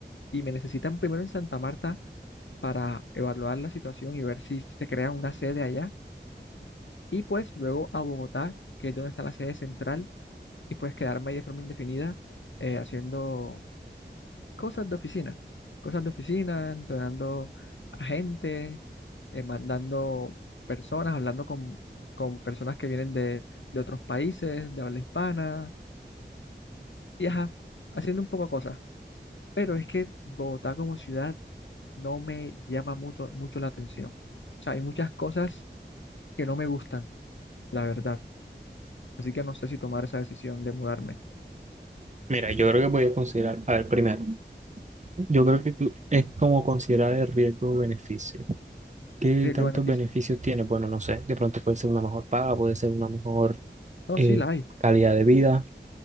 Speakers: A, on the left (about 85°); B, on the right (about 40°).
A: y me necesitan primero en Santa Marta para evaluar la situación y ver si se crea una sede allá y pues luego a Bogotá, que es donde está la sede central, y pues quedarme ahí de forma indefinida eh, haciendo cosas de oficina, cosas de oficina, entrenando a gente, eh, mandando personas, hablando con, con personas que vienen de, de otros países, de habla hispana, y ajá, haciendo un poco cosas. Pero es que Bogotá como ciudad no me llama mucho, mucho la atención. O sea, hay muchas cosas que no me gustan, la verdad. Así que no sé si tomar esa decisión de mudarme.
B: Mira, yo creo que podías considerar, a ver, primero, yo creo que tú es como considerar el riesgo-beneficio. ¿Qué
A: Riesgo-beneficio.
B: tantos beneficios tiene? Bueno, no sé, de pronto puede ser una mejor paga, puede ser una mejor
A: No,
B: eh,
A: sí la hay.
B: calidad de vida.